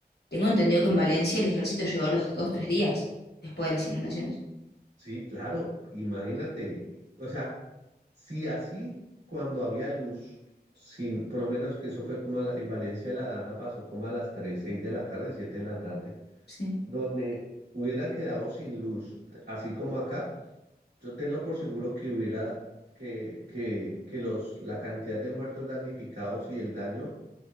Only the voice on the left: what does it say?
Tengo entendido que en Valencia el ejército llegó a los dos, tres días después de las inundaciones.
Sí,